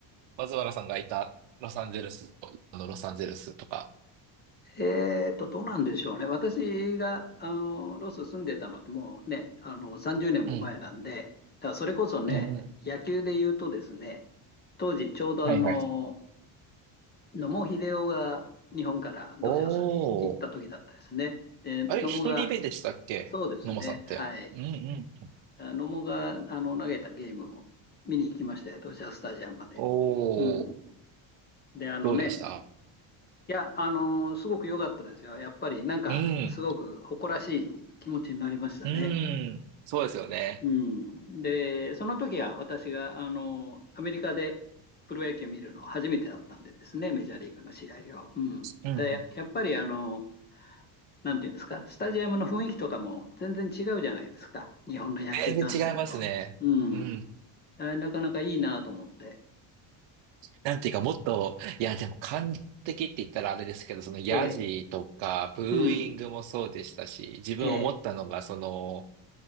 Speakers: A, on the right (about 65°); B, on the left (about 20°).
A: 松原さんがいたロサンゼルスと、あのロサンゼルスとか。
B: えーと、どうなんでしょうね。私が、あの、ロス住んでたのってもうね、あの、30年も前なんで、
A: うん、
B: だからそれこそね、
A: うん、うん。
B: 野球で言うとですね、当時ちょうどあの、
A: はいはい。
B: 野茂英雄が日本からドジャースに行った時だったですね。
A: おー。
B: で、
A: あれ、
B: 野茂が、
A: 一人目でしたっけ野間さんって。
B: そうですね、はい。
A: うんうん。
B: あ野茂が、あの、投げたゲームを見に行きましたよ、ドジャースタジアムまで。
A: おー。
B: うん。で、あのね、
A: どうでした
B: いや、あのーすごく良かったですよ。やっぱりなんか、
A: うん、
B: すごく誇らしい気持ちになりましたね。
A: うん。そうですよね。
B: うん。で、その時は私が、あのーアメリカでプロ野球を見るの初めてだったんでですね、メジャーリーグの試合を。うん。
A: うん。
B: で、
A: うん
B: やっぱり、あのーなんていうんですか、スタジアムの雰囲気とかも全然違うじゃないですか。日本の野球観戦と。
A: 全然違いますね。
B: うん。
A: うん。
B: あなかなかいいなと思って。
A: なんていうか、もっと、いや、でも感情的って言ったらあれですけど、そのヤジとか、
B: ええ。
A: ブーイングもそうでしたし、
B: うん。
A: 自分思ったのが、
B: ええ。
A: その、